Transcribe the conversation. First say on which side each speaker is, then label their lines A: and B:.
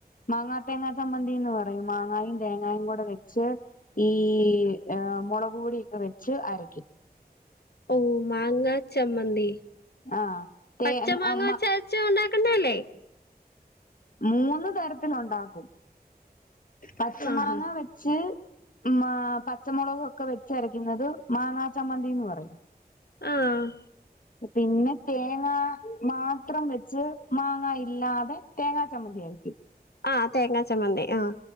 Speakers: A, on the left (about 55°); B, on the left (about 85°).
A: മാങ്ങാ തേങ്ങാ ചമ്മന്തിന്ന് പറയും മാങ്ങയും തേങ്ങയും കൂടെ വെച്ച് ഈ ഏ മുളക് പൊടിയൊക്കെ വെച്ച് അരക്കും
B: ഓ മാങ്ങ ചമ്മന്തി
A: ആഹ് തേ
B: പച്ച മാങ്ങച്ച
A: മ
B: ച്ച, ഉണ്ടാക്കുന്നല്ലേ
A: മൂന്ന് തരത്തിലുണ്ടാക്കും പച്ച
B: ആഹ്
A: മാങ്ങ വെച്ച് വച്ച് മ പച്ചമുളക് ഒക്കെ വെച്ചരയ്ക്കുന്നത് മാങ്ങാ ചമ്മന്തിന്ന് പറയും
B: ആഹ്
A: പിന്നെ തേങ്ങ മാത്രം വെച്ച് മാങ്ങ ഇല്ലാതെ തേങ്ങാ ചമ്മന്തി അരക്കും
B: ആഹ് തേങ്ങാ ചമ്മന്തി ആഹ്